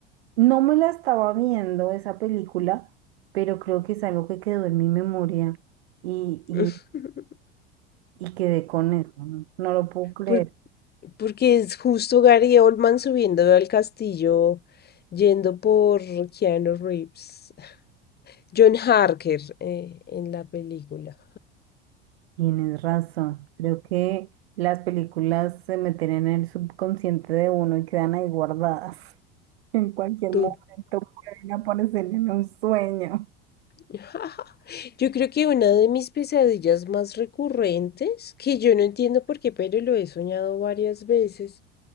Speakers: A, on the right; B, on the left.
A: No me la estaba viendo esa película, pero creo que es algo que quedó en mi memoria y, y,
B: <laughs>
A: y quedé con eso. No No lo puedo creer.
B: Por- porque es justo Gary Oldman subiendo al castillo, yendo por Keanu Reeves. <laughs> John Harker eh, en la película.
A: Tienes razón. Creo que las películas se meten en el subconsciente de uno y quedan ahí guardadas. <laughs> En cualquier
B: Total.
A: momento pueden aparecer en un sueño.
B: <laughs> Yo creo que una de mis pesadillas más recurrentes, que yo no entiendo por qué, pero lo he soñado varias veces,